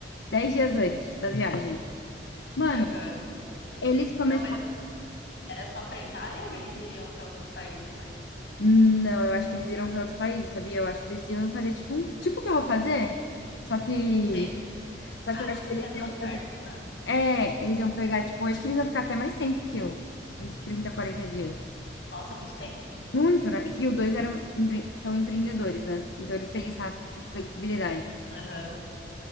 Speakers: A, on the left (about 85°); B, on the left (about 70°).
A: 10 dias antes da viagem. Mano,
B: Aham.
A: eles começaram.
B: Não, mas era só pra Itália ou eles iriam pra outros países também?
A: Não, eu acho que eles iram para outros países, sabia? Eu acho que eles iam fazer tipo um. Tipo o que eu vou fazer? Só que.
B: Sei.
A: Só
B: Ah,
A: que eu
B: porque
A: acho
B: também
A: que eles
B: tá tudo
A: iam fazer.
B: perto, né?
A: É, eles iam pegar, tipo, eu acho que eles iam ficar até mais tempo que eu. Tipo, uns trinta, quarenta dias.
B: Nossa, muito tempo.
A: Muito, né? Que os dois eram, empre- são empreendedores, né? Então eles têm essa, tipo, flexibilidade.
B: Aham.